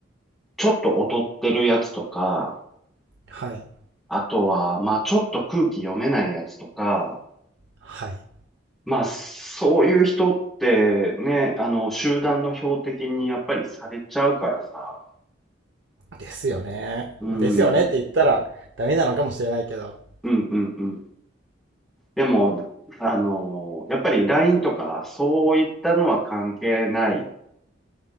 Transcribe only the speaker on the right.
はい。
はい。
ですよね。
まあ、ですよねって言ったらダメなのかもしれないけど。